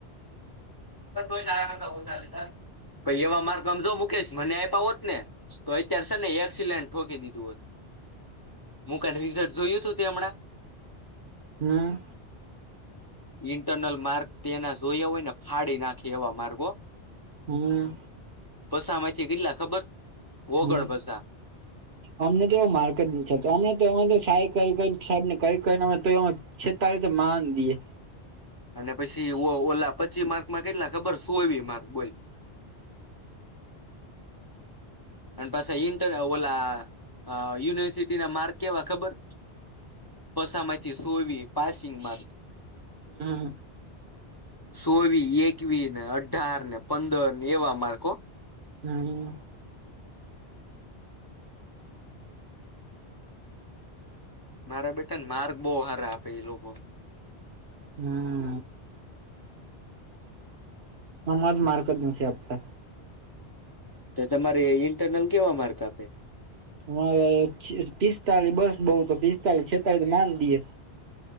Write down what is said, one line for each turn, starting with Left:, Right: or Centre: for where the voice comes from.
Left: બ કોઈ ના ક કવું ચાલે તારે. પઈ એવા માર કમજો મુકેશ મને આપ્યા હોત ને તો અત્યારે સર ને એક્સિડન્ટ ઠોકી દીધી. જુવત. હું ક વિ જોયું તું તે હમણાં?
Right: હમ્મ.
Left: ઇન્ટરનલ માર્ક તેના સોયે હોય ને ફાડી નાખે એવા માર્ગ હો.
Right: હમ્મ.
Left: બસા આમેથી કેટલા ખબર? ઓગણ
Right: હમ્મ.
Left: પસા
Right: અમને તો એવ માર્કે જ નથી આપતા અમે તો એમાં તો સાહિ કરી કરી સાહેબને કઇ કઇ ને તો તે ઓ છેતાલી ત માન દીએ.
Left: અને પછી ઓ ઓ ઓલા પચી માર્કમાં કેટલા ખબર ચૌવી માર્ક બોલ. અને પાછા ઇન્ટર ઓલા અહ યુનિવર્સિટી ના માર્ક કેવા ખબર પસામાંથી સોવી પાસિંગ માર્ક.
Right: હું
Left: ચોવી એકવી ને અઢાર ને પંદર ને એવા માર્ક હો
Right: <unintelligible>
Left: મારા બેટા ને માર્ક બો હારા આપે એ લોકો
Right: હમ અમાર માર્ક જ નથી આપતા
Left: ત તમારે ઇન્ટરનલ કેવા માર્ક આપે
Right: મારે પિસ્તાલી બસ બઉ તો પિસ્તાલી છેતાલી માન દીએે